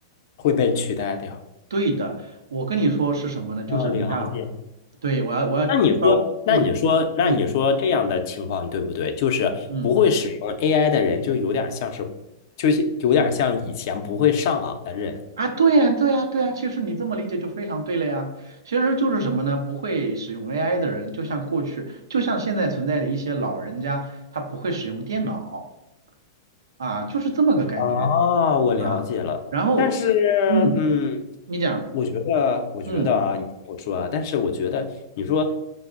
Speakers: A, on the left (about 60°); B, on the right (about 80°).
A: 会被取代掉？
B: 对的，我跟你说是什么呢？就是你看啊，
A: 啊，了解
B: 对，我要我要招，
A: 那你说，那你说，
B: 嗯嗯
A: 那你说这样的情况对不对？就是不会使用
B: 嗯。
A: AI 的人，就有点像是，就是有点像以前不会上网的人。
B: 啊，对呀，对呀，对呀，其实你这么理解就非常对了呀。其实就是什么呢？不会使用 AI 的人，就像过去，就像现在存在的一些老人家，他不会使用电脑啊，就是这么个感觉
A: 啊，我了解了，
B: 啊。然后，
A: 但是，
B: 嗯，
A: 嗯，
B: 你讲，
A: 我觉得，我觉得啊，
B: 嗯，
A: 你听我说啊，但是我觉得，你说，